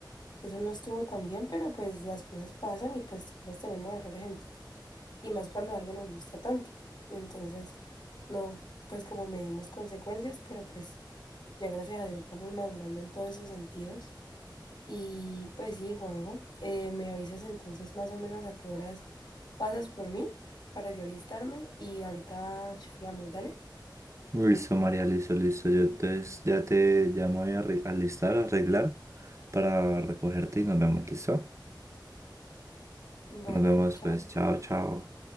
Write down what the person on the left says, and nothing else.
eso no estuvo tan bien, pero pues las cosas pasan y pues todos tenemos errores en todo. Y más cuando algo nos gusta tanto. Entonces, no, pues como medimos consecuencias, pero pues ya gracias a Dios vamos madurando en todos esos sentidos. Y pues sí, Juanjo, eh, me avisas entonces más o menos a qué horas pasas por mí para yo alistarme y ahorita charlamos, dale.
Vale,
chao.